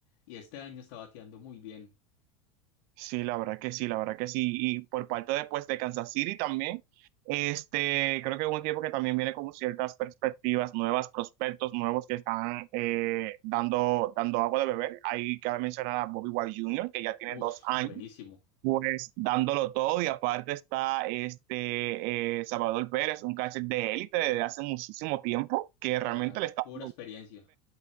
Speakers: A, on the left; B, on the right.
A: Y este año está bateando muy bien.
B: Sí, la verdad que sí, la verdad que sí. Y por parte de, pues, de Kansas City también, este, creo que es un equipo que también viene con ciertas perspectivas nuevas, prospectos nuevos que están eh, dando, dando agua de beber. Ahí cabe mencionar a Bobby Wild Jr., que ya tiene
A: Uf,
B: dos años
A: buenísimo.
B: pues dándolo todo y aparte está este eh, Salvador Pérez, un catcher de élite desde hace muchísimo tiempo que
A: Claro,
B: realmente le está
A: pura
B: dando-
A: experiencia.